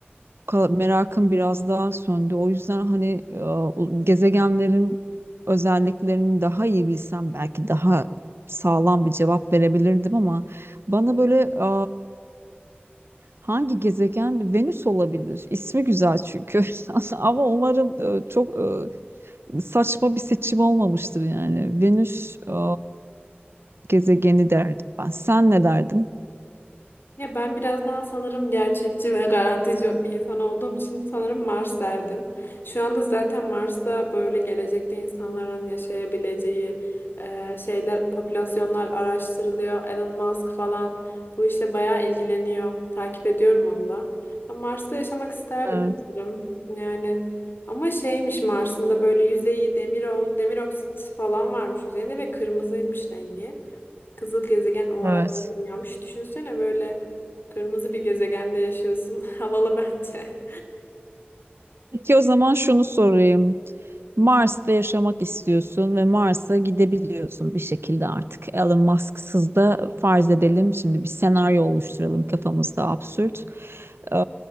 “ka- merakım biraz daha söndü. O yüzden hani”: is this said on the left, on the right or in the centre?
Right